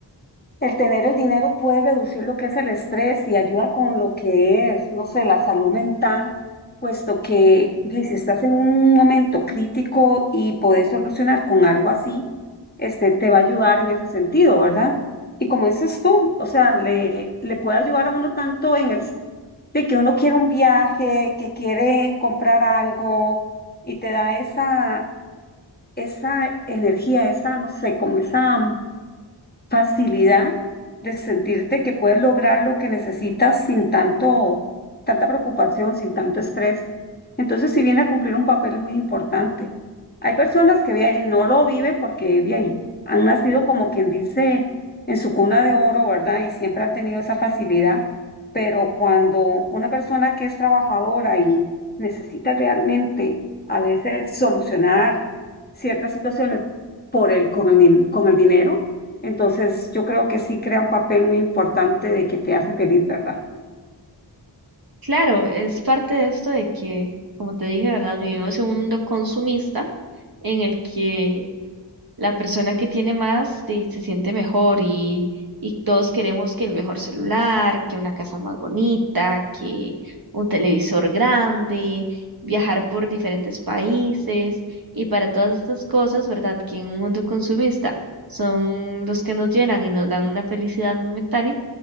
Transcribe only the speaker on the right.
Claro, es parte de esto de que, como te dije, ¿verdad? Vivimos en un mundo consumista en el que la persona que tiene más de- se siente mejor y, y todos queremos que el mejor celular, que una casa más bonita, que un televisor grande, viajar por diferentes países y para todas estas cosas, ¿verdad? Que en un mundo consumista son los que nos llenan y nos dan una felicidad momentánea,